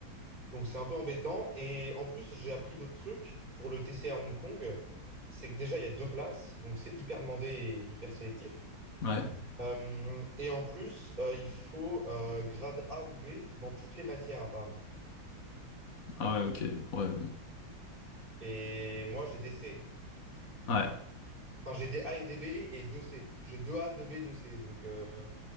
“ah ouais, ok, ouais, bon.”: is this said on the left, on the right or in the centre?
Left